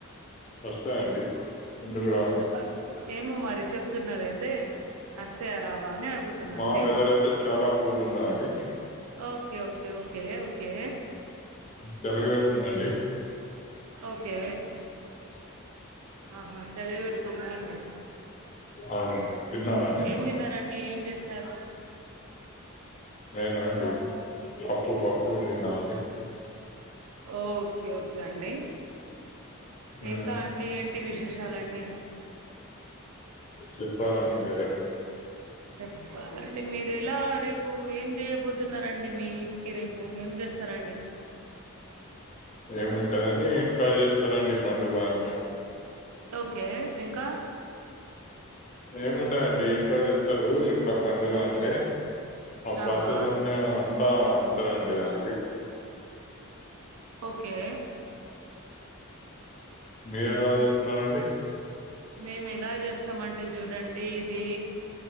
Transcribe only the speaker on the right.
అ, ఏమో మరి చెప్తున్నారైతే వస్తయ రావా అని అడుగుతున్నాఅండి
ఓకే ఓకే ఓకే ఓకే
ఓకే అహ చలీ పెడుతుందా అండి
ఏం తిన్నారండి ఏం చేసరు
ఓకే ఓకే అండి
ఇంకా అండి ఏంటి విశేష షాలండి
చెప్పాలండి మీరు ఎలా రేపు ఏం చేయబోతున్నారండి మీ ఇంటికి రేపు ఏం స్తారండి
ఓకే ఇంకా
ఆహా
ఓకే
మేము ఎలా చేస్తామంటే చూడండి ఇది